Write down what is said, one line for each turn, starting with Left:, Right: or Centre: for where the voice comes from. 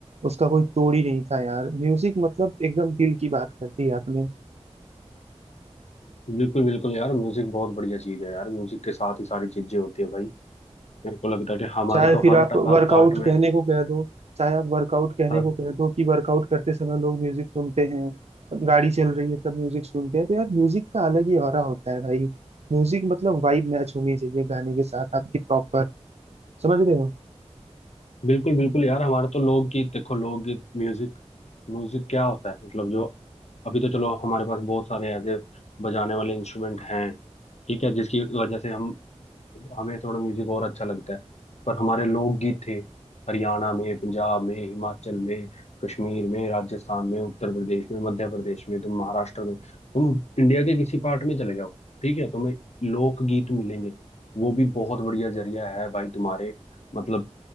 Right: उसका कोई तोड़ ही नहीं था यार म्यूजिक मतलब एकदम दिल की बात कर दी आपने
Left: बिल्कुल बिल्कुल यार म्यूजिक बहुत बढ़िया चीज है यार म्यूजिक के साथ ही सारी चीजें होती है भाई मेरे को लगता है कि हमारे
Right: चाहे
Left: तो
Right: फिर
Left: हर
Right: आप
Left: ट-
Right: वर्कआउट
Left: हर पार्ट में
Right: कहने को कह दो चाहे आप वर्कआउट कहने
Left: हर
Right: को कह दो कि वर्कआउट करते समय लोग म्यूजिक सुनते हैं गाड़ी चल रही है तब म्यूजिक सुनते हैं तो यार म्यूजिक का अलग ही ऑरा होता है भाई म्यूजिक मतलब वाइब मैच होनी चाहिए गाने के साथ आपकी प्रॉपर समझ रहे हो
Left: बिल्कुल बिल्कुल यार हमारे तो लोकगीत देखो लोकगीत म्यूजिक म्यूजिक क्या होता है मतलब जो अभी तो चलो हमारे पास बहुत सारे ऐसे बजाने वाले इंस्ट्रूमेंट हैं ठीक है जिसकी वजह से हम हमें थोड़ा म्यूजिक और अच्छा लगता है पर हमारे लोकगीत थे हरियाणा में पंजाब में हिमाचल में कश्मीर में राजस्थान में उत्तर प्रदेश में मध्य प्रदेश में तुम महाराष्ट्र में तुम इंडिया के किसी पार्ट में चले जाओ ठीक है तुम्हें लोकगीत मिलेंगे वो भी बहुत बढ़िया जरिया है भाई तुम्हारे मतलब